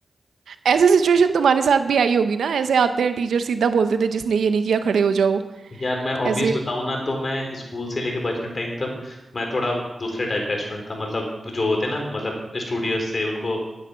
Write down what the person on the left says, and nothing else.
यार मैं ऑब्वियस
बताऊं ना तो मैं स्कूल से लेके बचपन टाइम तक मैं थोड़ा दूसरे टाइप का स्टूडेंट था मतलब जो होते ना मतलब स्टूडियो से उनको